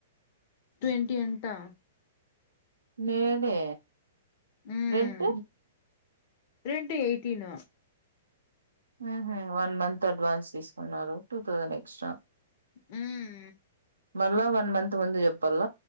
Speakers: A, on the left (about 50°); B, on the right (about 80°).
A: ట్వంటీ అంటా
B: మేలే
A: హ్మ్
B: రెంట్
A: రెండు ఎయిటీన్
B: ఉహు వన్ మంత్ అడ్వాన్స్ తీసుకున్నారు. టూ తౌసండ్ ఎక్స్టా
A: మ్మ్
B: మళ్ళా వన్ మంత్ ముందు చెప్పాల,